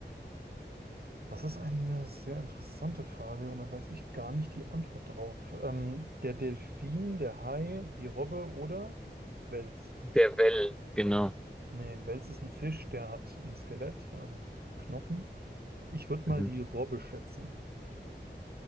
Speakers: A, on the right; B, in the centre.
A: Das ist eine sehr interessante Frage und da weiß ich gar nicht die Antwort drauf. Ähm, der Delfin, der Hai, die Robbe oder Wels?
B: Der Well, genau.
A: Nee, ein Wels ist ein Fisch, der hat ein Skelett, also Knochen. Ich würde mal
B: Mhm.
A: die Robbe schätzen.